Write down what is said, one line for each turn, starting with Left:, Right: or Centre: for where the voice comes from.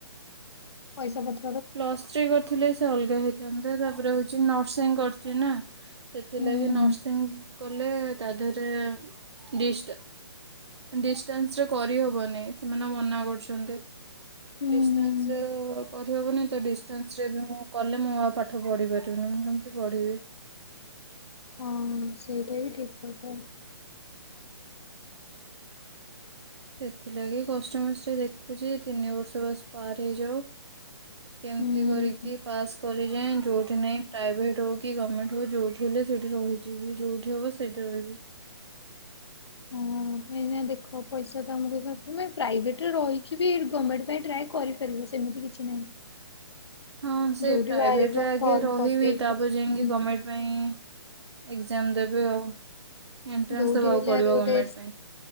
Left: ପଇସା ପତ୍
Right: ପ୍ଲସ ଥ୍ରି କରିଥିଲେ ସେ ଅଲଗା ହେଇ ଥାନ୍ତୁ ତାପରେ ହୋଉଚି ନର୍ସିଂ କରଚି ନା ସେଥିଲାଗି
Left: ହୁଁ
Right: ନର୍ସିଂ କଲେ ତା ଦେହରେ ଡିଷ୍ଟା ଡିଷ୍ଟାନ୍ସରେ କରିହବନି ସେମାନେ ମନା କରୁଛନ୍ତି।
Left: ହୁଁ
Right: ଡିଷ୍ଟାନ୍ସରେ
Left: ହୁଁ
Right: କର୍ ହେବନି ତ ଡିଷ୍ଟାନ୍ସରେ ବି ମୁଁ କଲେ ମୁଁ ଆଉ ପାଠ ପଢ଼ି ପାରିବିନି ମୁଁ କେମତି ପଢ଼ିବି?
Left: ହଁ ସେଇଟା ବି ଠିକ୍ କଥା।
Right: ସେଥିଲାଗି କଷ୍ଟେ ମଷ୍ଟେ ଦେଖୁଚି ତିନି ବର୍ଷ ବାସ ପାର ହେଇଯାଉ। କେମତି
Left: ହୁଁ।
Right: କରିକି ପାସ୍ କରିଯାଏଁ ଯୋଉଠି ନାଇଁ ପ୍ରାଇଭେଟ ହୋଉ କି ଗମେଣ୍ଟ ହୋଉ ଯୋଉଠି ହେଲେ ସେଇଠି ରହି ଯିବି ଯୋଉଠି ହବ ସେଇଠି ରହିବି।
Left: ହୁଁ। ନାଇଁ ଏଇନା ଦେଖ ପଇସା ତମକୁ ଦ ମାନେ ପ୍ରାଇଭେଟରେ ରହିକି ବି ଗମେଣ୍ଟ ପାଇଁ ଟ୍ରାଏ କରିପାରିବ ସେମିତି କି କିଛି ନାହିଁ
Right: ହଁ ସେ
Left: ଯୋଉଠି
Right: ପ୍ରାଇଭେଟରେ
Left: ବାହାରିବ
Right: ଆଗେ
Left: ଫର୍ମ
Right: ରହିବି
Left: ପକେଇବ
Right: ତାପରେ ଯାଇକି ଗଭର୍ଣ୍ଣମେଣ୍ଟ ପାଇଁ ଏକଜାମ୍ ଦେବି ଆଉ ଏଣ୍ଟ୍ରାନ୍ସ
Left: ଯୋଉଠି
Right: ଦବାକୁ
Left: ହେଲେ
Right: ପଡ଼ିବ
Left: ଆଗେ ଗୋଟେ
Right: ଗମେଣ୍ଟ ପାଇଁ।